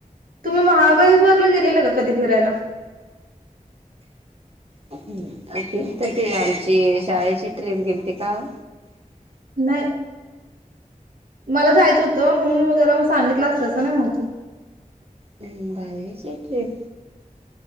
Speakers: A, on the right; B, on the right.
A: तुम्ही महाबळेश्वरला गेलेल का कधी फिरायला.
B: तिथं ती आमची शाळेची ट्रीप गेलती काओ.
A: <inaudible> मला जायचं होतं, म्हणून म जरा सांगितलं असतंसं ना आणखी.
B: बाहेची ट्रिप